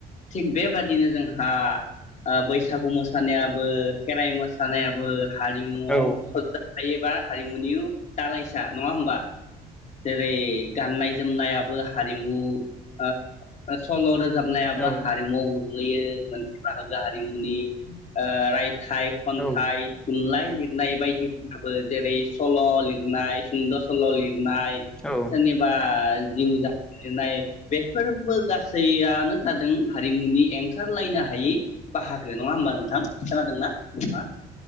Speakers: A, on the left; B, in the centre.
A: थिग बेबादिनो जोंहा ओ बैसागु मोसानायाबो खेराइ मो सानायाबो हारिमुआव
B: औ
A: सरजा थायोबा हारिमुनि दालायसा नङा होमबा? जेरै गाननाय जोमनायाबो हारिमु। ओ सल रोजाब नायाबो
B: औ
A: हारिमुआव गोग्लैयो मोनसे बाहागो हारिमुनि ओ राइ थाय खन्थाइ
B: औ
A: थुनलाय लिरनाय बायदिफोराबो जेरै- सल लिरनाय सुंद सल लिरनाय
B: औ
A: सोरनिबा जिउ जारिमिन लिरनाय बेफोरबो गासैयानो जादों हारिमुनि एंगारलायनो हायै बाहागो नङा होमबा नोंथां? खोनादोंना नोंथाङा